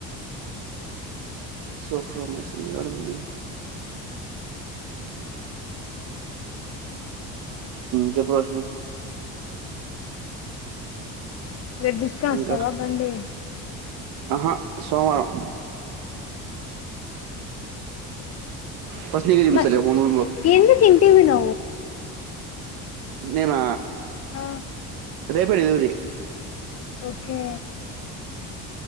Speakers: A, on the right (about 75°); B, on the left (about 40°).
A: సో ఫ్రమసి నిగడుంది చె ప్రశ్న
B: రేపు తీసుకొని వస్తావా
A: ఇంకా
B: అబ్బండి
A: ఆహా సోమవారం ఫస్ట్ నీకే చూపిస్తారు
B: మ
A: రేపు మూడు రోజుల్లో
B: ఎందుం టీవీ న్
A: నేనా
B: ఆ,
A: రేపే లివరి
B: ఓకే